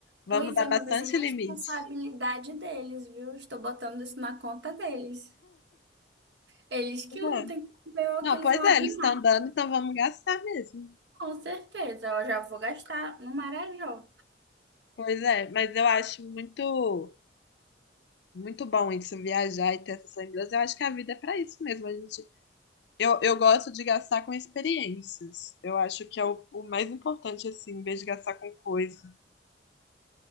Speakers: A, on the left (about 65°); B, on the right (about 65°).
A: Vamos
B: Pois
A: dar
B: é,
A: bastante
B: mas vai ser responsabilidade
A: limite.
B: deles, viu? Estou botando isso na conta deles. Eles que
A: Pois
B: lutem
A: é.
B: com o BO
A: Não,
B: que eles
A: pois
B: vão
A: é,
B: arrumar.
A: eles estão dando, então vamos gastar mesmo.
B: Com certeza, eu já vou gastar no Marajó.
A: Pois é, mas eu acho muito, muito bom isso, viajar e ter essas lembranças. Eu acho que a vida é para isso mesmo. A gente, eu, eu gosto de gastar com experiências. Eu acho que é o, o mais importante, assim, em vez de gastar com coisa.